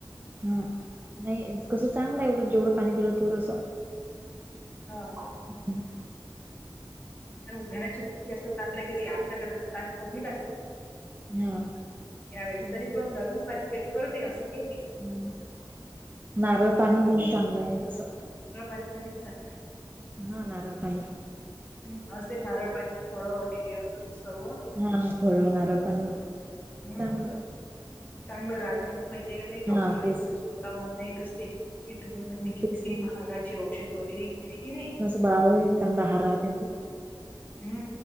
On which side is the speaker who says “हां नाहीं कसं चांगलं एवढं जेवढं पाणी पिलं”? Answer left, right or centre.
Right